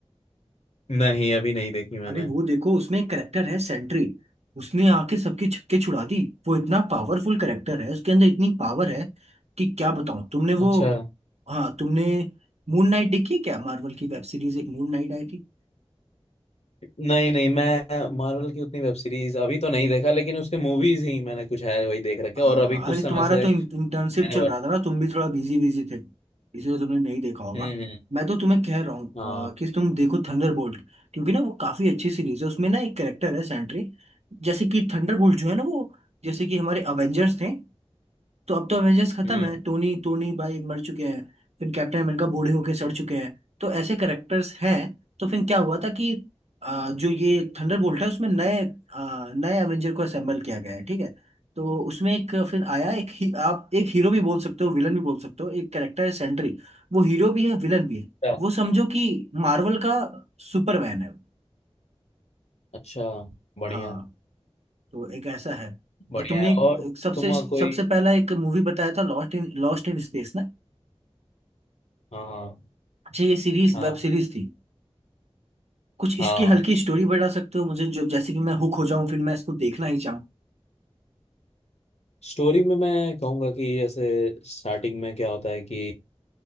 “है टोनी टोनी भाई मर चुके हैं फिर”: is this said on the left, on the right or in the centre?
Right